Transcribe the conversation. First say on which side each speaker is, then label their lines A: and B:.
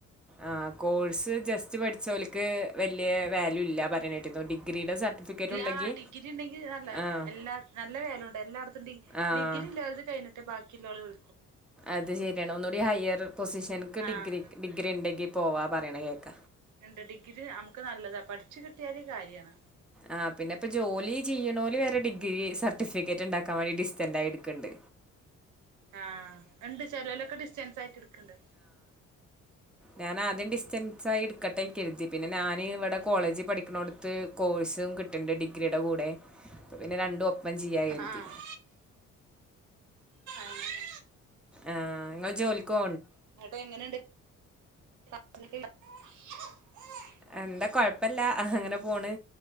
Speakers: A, in the centre; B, on the right.
A: ആ കോഴ്സ് ജസ്റ്റ് പഠിച്ച പോലക്ക് വലിയ വാല്യൂ ഇല്ല പറയഞ്ഞിരുന്നു ഡിഗ്രിയുടെ സർട്ടിഫിക്കറ്റ് ഉണ്ടെങ്കി
B: ആ ഡിഗ്രി ഉണ്ടെങ്കിൽ നല്ല
A: ആഹ്
B: എല്ലാ നല്ല വേലുണ്ട് എല്ലായിടത്തും ഡ
A: ആഹ്
B: ഡിഗ്രി ഇല്ലാ ക ത്തെ ബാക്കിയുള്ളളൾ വി
A: അത് ശരിയാണ് ഒന്നുകൂടി ഹയർ പൊസിഷനക്ക്
B: ആഹ്
A: ഡിഗ്രി ഡിഗ്രി ഉണ്ടെങ്കി പോവാ പറയണ കേക്ക
B: ഇണ്ട് ഡിഗ്രി നമുക്ക് നല്ലതാ പഠിച്ച് കിട്ടിയാല് കാര്യാണ്
A: ആ പിന്നെ ഇപ്പ ജോലി ചെയ്യ്ണോല് വെ രെ ഡിഗ്രി സർട്ടിഫിക്കറ്റ് ഇണ്ടാക്കാൻ വേണ്ടി ഡിസ്റ്റന്റായി ട്ക്ക്ണ്ട്
B: ആ ഇണ്ട് ചെലൊലൊക്കെ ഡിസ്റ്റൻസ് ആയിട്ട് ട്ക്ക്ണ്ട്
A: ഞാൻ ആദ്യം ഡിസ്റ്റൻ സായി ഇട്ക്കട്ടൊ കരുതി പിന്നെ ഞന് ഇവിടെ കോളേജി പഠിക്ക്ണോട്ത്ത് കോഴ്സും കിട്ട്ണ്ട് ഡിഗ്രിയുടെ കൂടെ പ്പൊ പിന്നെ രണ്ടു ഒ പ്പം ചെയ്യാ കര്തി
B: ആഹ് അങ്ങനെ
A: ആ ഇങ്ങള് ജോലിക്കോ
B: ആട്ടെ എങ്ങനെണ്ട് <unintelligible>
A: എന്താ കൊഴപ്പല്ല അങ്ങനെ പോണ്